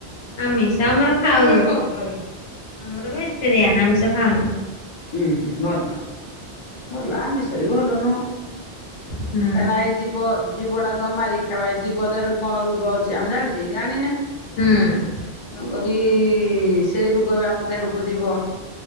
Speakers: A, on the left (about 70°); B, on the left (about 35°).
A: ଆମିଷ ଆମର ଖାଉନେହୁଁ।
B: ଉପରେ କଥାଏ।
A: ଆମର ଭେଜିଟେରିଆନ୍ ଆମିଷ ଖାଉନୁ।
B: ହୁଁ ହୁଁ ଭଲ ଭଲ ଆମ ମିଷଇ ଭଲନୁହ
A: ହୁଁ
B: କାହିଁକି ନା ଏଇ ଜୀବ ଜୀବଟାକୁ ଆମେ ମାରି ଖଇବା ଜୀବ ଦେହରେ କଣ ରୋଗ ଅଛି ଆମେ ଜାଣିଛେ କି ଜାଣିନେ।
A: ହୁଁ।
B: ନ କରି ସେଇ ରୋଗ ବି ଆମ ଦେହକୁ ଯିବ।